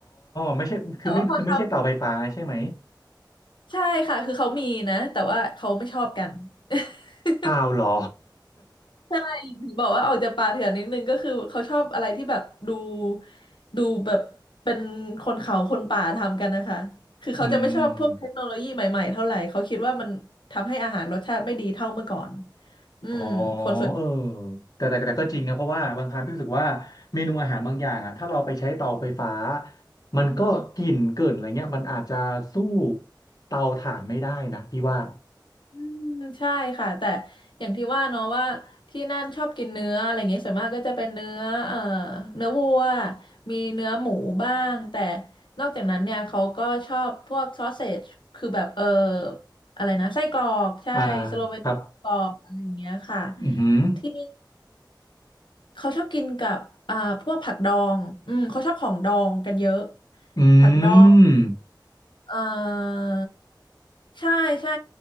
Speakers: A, on the left (about 55°); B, on the left (about 80°).
A: ไม่ใช่คือไม่คือไม่ใช่เตาไฟฟ้าใช่ไหม
B: แต่ว่าพอทำ ใช่ค่ะคือเขามีนะแต่ว่าเขาไม่ชอบกัน <laughs>
A: อ้าวเหรอ
B: ใช่ถึงบอกว่าออกจากป่าเถื่อนนิดนึงก็คือเขาชอบอะไรที่แบบดูดูแบบเป็นคนเขาคนป่าทำกันนะคะคือเขาจะไม่ชอบพวกเทคโนโลยีใหม่ๆเท่าไหร่เขาคิดว่ามันทำให้อาหารรสชาติไม่ดีเท่าเมื่อก่อน
A: <laughs> อืม
B: อืมคนส่วน
A: อ๋อเออแต่แต่แต่ก็จริงนะเพราะว่าบางครั้งพี่รู้สึกว่าเมนูอาหารบางอย่างอ่ะถ้าเราไปใช้เตาไฟฟ้ามันก็กลิ่นเกินอะไรเงี้ยมันอาจจะสู้เตาถ่านไม่ได้นะพี่ว่า
B: อืมใช่ค่ะแต่อย่างที่ว่าเนาะว่าที่นั่นชอบกินเนื้ออะไรอย่างเงี้ยส่วนมากก็จะเป็นเนื้อเอ่อเนื้อวัวมีเนื้อหมูบ้างแต่นอกจากนั้นเนี่ยเขาก็ชอบพวกซอสเซจคือแบบเอออะไรนะไส้กรอกใช่สโลเวนไส้กรอกอะไรอย่างเงี้ยค่ะ
A: อ่าครับอือหือ
B: ที่เขาชอบกินกับอ่าพวกผักดองอืมเขาชอบของดองกันเยอะ
A: อื
B: ผักดอง
A: ม
B: เออใช่ใช่